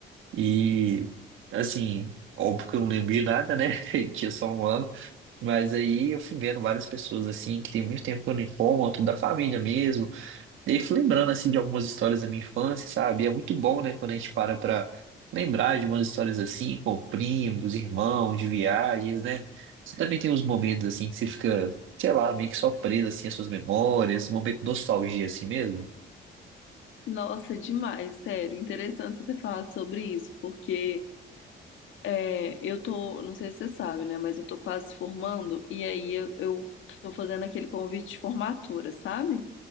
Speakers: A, on the right; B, on the left.
A: E, assim, óbvio que eu não lembrei nada, né? <laughs> Eu Tinha só um ano. Mas aí eu fui vendo várias pessoas, assim, que tem muito tempo que eu não encontro, da família mesmo. E aí, fui lembrando, assim, de algumas histórias da minha infância, sabe? E é muito bom, né, quando a gente para pra lembrar de umas histórias assim, com primos, irmãos, de viagens, né? Você também tem uns momentos, assim, que você fica, sei lá, meio que só preso, assim, às suas memórias, um momento de nostalgia, assim mesmo.
B: Nossa, demais, sério. Interessante você ter falado sobre isso, porque é, eu tô, não sei se você sabe, né? Mas eu tô quase formando, e aí eu, eu tô fazendo aquele convite de formatura, sabe?